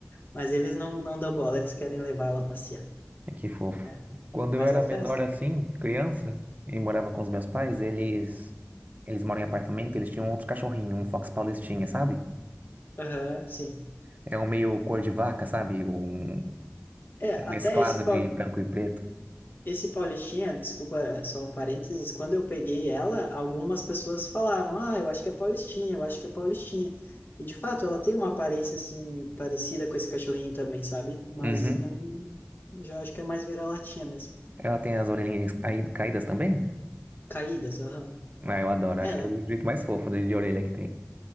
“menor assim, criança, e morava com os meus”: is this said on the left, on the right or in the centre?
Right